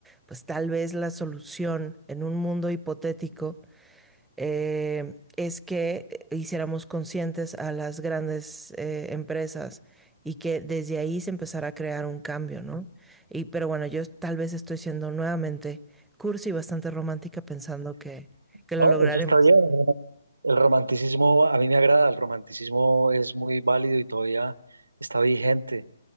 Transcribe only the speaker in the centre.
pues tal vez la solución en un mundo hipotético eh, es que hiciéramos conscientes a las grandes eh, empresas y que desde ahí se empezara a crear un cambio, ¿no? Y, pero bueno, yo tal vez estoy siendo nuevamente cursi y bastante romántica pensando que, que lo
lograremos.
¿no?